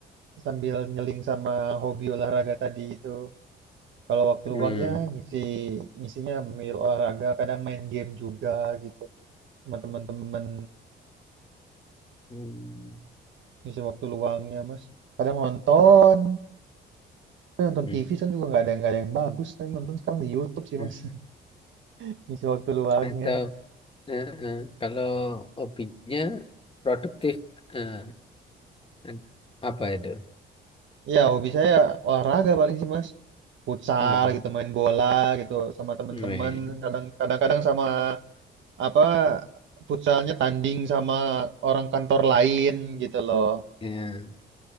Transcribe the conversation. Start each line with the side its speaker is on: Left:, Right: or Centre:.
Right: sambil nyeling sama hobi olahraga tadi itu. Kalau waktu
Left: Hmm.
Right: luangnya ngisi ngisinya ambil olahraga, kadang main game juga gitu. sama teman-teman
Left: Hmm.
Right: ngisi waktu luangnya Mas. Kadang nonton, tapi nonton
Left: Hmm.
Right: TV kan juga nggak ada nggak ada yang bagus. Tapi nonton sekarang di YouTube sih
Left: hmm.
Right: Mas, <laughs> ngisi waktu luangnya.
Left: Atau eh, eh, kalau hobinya produktif eh, eh, apa itu?
Right: Ya hobi saya olahraga paling sih Mas. Futsal
Left: Hmm.
Right: gitu, main bola gitu sama teman-teman.
Left: Weh,
Right: Kadang kadang-kadang sama apa futsalnya tanding sama orang kantor lain gitu loh.
Left: ya.